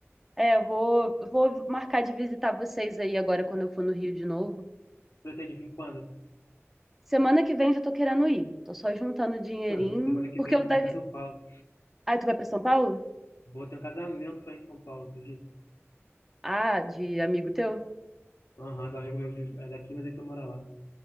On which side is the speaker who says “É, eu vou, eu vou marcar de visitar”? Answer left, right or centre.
Centre